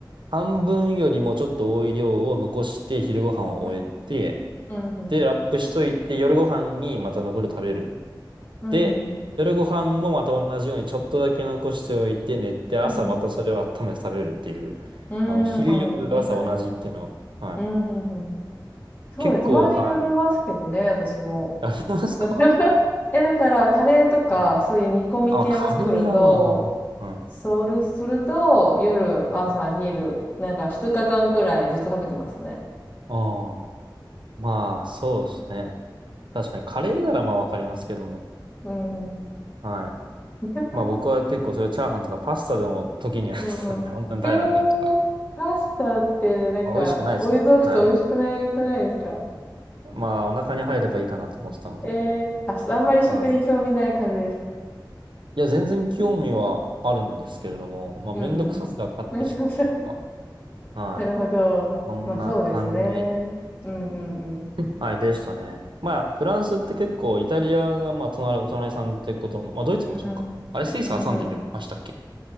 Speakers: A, on the right; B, on the left.
A: 半分よりもちょっと多い量を残して昼ご飯を終えて、
B: うんうん。
A: で、ラップしといて夜ご飯にまた残りを食べる。
B: うんうんうん。
A: で、夜ご飯もまた同じようにちょっとだけ残しておいて寝て、朝またそれを温めて食べるっていう、
B: うんうんうん。うーん、
A: あの、昼、
B: あ、もう、
A: 夜、
B: 一回。
A: 朝同じっていうの、はい。
B: うんうんうん。そうです。
A: 結構、
B: たまにやりますけどね、
A: はい。
B: 私も。
A: やりますか
B: <laughs> え、だから、カレーとか、
A: はい。
B: そういう煮込み系を作ると、
A: あ、カレーはまあまあまあ。はい。
B: そうすると、夜、
A: はい。
B: 朝、昼、なんか2日間くらいずっと食べてましたね。
A: ああ、まあ、そうですね。確かに、カレーならまあわかりますけども。
B: うんうん。
A: はい。
B: <laughs>
A: まあ僕は結構そういうチャーハンとかパスタでも時にやってたんで、
B: うんうん。
A: 本当に平らな時とか。
B: えー、パスタって、なんか、
A: まあ美味しくないですね。
B: 置いとくと美味しくないくないですか
A: はい。まあお腹に入ればいいかなと思ってたので。
B: えー、あ、あんまり食に興味ない感じです。
A: はいいや、全然興味はあるんですけれども、まあ、
B: うんうん。
A: めんどくささが勝ってしまうというか、
B: <laughs> そうそう
A: はい。
B: なるほど。
A: そんな感じ、
B: まあそうですね。うんうんうん。
A: はい、でしたね。まあ、フランスって結構、イタリアが、まあ、隣、お隣さんってことも、まあ、ドイツもそうか。
B: うんうん。
A: あれ、スイス挟んでましたっけ
B: うんう